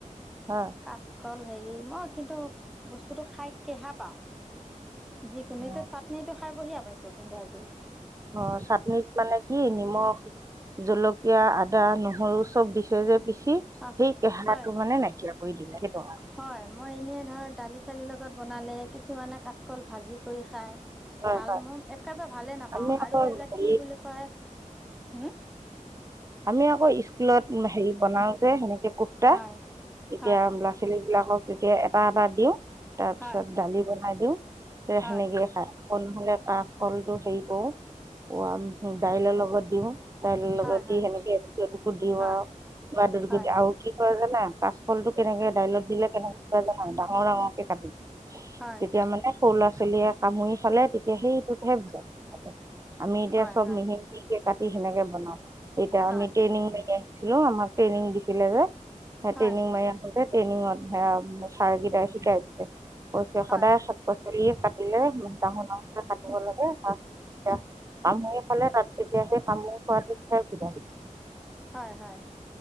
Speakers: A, on the right; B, in the centre.
A: হয়
B: কাচকল হেৰি মই কিন্তু বস্তুটো খাই কেহা পাও যিকোনো
A: অ'
B: চাটনিটো বেয়া পাইছো কিন্তু আজি
A: অ চাটনিত মানে কি নিমখ জলকীয়া, আদা, নহৰু চব দিছে যে পিচি সেই
B: আহ
A: কেহাটো
B: হয়
A: মানে নাইকিয়া কৰি সেইটো
B: হয় মই এনেই ধৰক দালি চালিৰ লগত বনালে কিছুমানে কাচকল ভাজি কৰি খায়
A: হয়
B: ভাল মোৰ একেবাৰে ভালে নাপাওঁ
A: আমি আকৌ
B: আৰু এজাত
A: হেৰি
B: কি বুলি কয় হম
A: আমি আকৌ স্কুলত হেৰি বনাও যে সেনেকে কুৰ্তা
B: হয়
A: এতিয়া
B: হয়
A: ল'ৰা -ছোৱালী বিলাকক তেতিয়া এটা-এটা দিওঁ তাৰপিছত
B: হয়
A: দালি বনাই দিওঁ সেয়া
B: হয়
A: সেনেকেই খাই। নহ'লে কাচকলটো হেৰি কৰো দাইলৰ লগত দিওঁ দাইলৰ
B: হয়
A: লগত
B: হয়
A: দি সেনেকে এটকো-এটকো দিওঁ
B: হয়
A: আৱ
B: হয়
A: আৰু কি খোৱা যেনাই কাচফলটো কেনেকে দাইলত দিলে কেনেকে খোৱা নাই ডাঙৰ ডাঙৰ কে কাটি দি তেতিয়া
B: হয়
A: মানে সৰু ল'ৰা-ছোৱালীয়ে কামুৰি খালে তেতিয়া সেইটোতহে আমি এতিয়া
B: হয়
A: চব
B: হয়
A: মিহি মিহিকে কাটি সেনেকে বনাও। এতিয়া
B: হয়
A: আমি ট্ৰেইনিং মাৰি ছিলো আমাক ট্ৰেইনিং দিছিলে যে সেই
B: হয়
A: ট্ৰেইনিং মাৰি আহোতে ট্ৰেইনিঙত সেয়া ছাৰকেইটাই শিকাই দিছে কৈছে
B: হয়
A: সদায় পাছলি কাটিলে ডাঙৰ-ডাঙৰকে কাটিব লাগে তাৰ পালে তাত তেতিয়া যে কামোৰ কৰাটো সুবিধা হৈছে
B: হয়-হয়